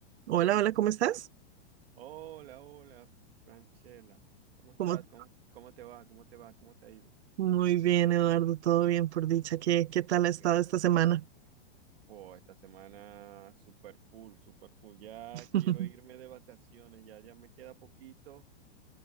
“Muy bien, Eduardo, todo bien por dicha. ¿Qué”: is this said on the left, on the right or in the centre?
Right